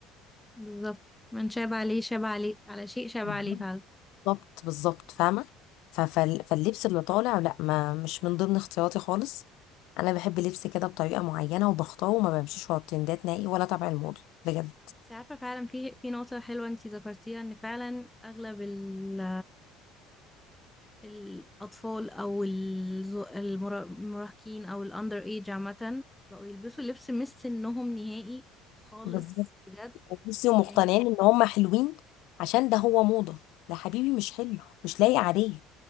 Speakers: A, in the centre; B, on the left.
A: بالظبط من شاب عليه شاب عليه على شيء شاب
B: بالظبط
A: عليه فعلا
B: بالظبط بالظبط فاهمه ف- فال- فاللبس اللي طالع لا ما مش من ضمن اختياراتي خالص انا بحب لبس كده بطريقه معينه وبختاره وما بمشيش ورا الترندات نهائي ولا تبع الموضه بجد
A: بس عارفة فعلا في في نقطة حلوة انتي ذكرتيها ان فعلا اغلب ال الأطفال أو الز- المرا- المراهقين أو الأندر إيج عامة بقوا يلبسوا لبس مش سنهم نهائي خالص
B: بالظبط
A: بجد
B: بصي ومقتنعين
A: يعني
B: ان هم حلوين عشان ده هو موضه لا حبيبي مش حلو مش لايق عليك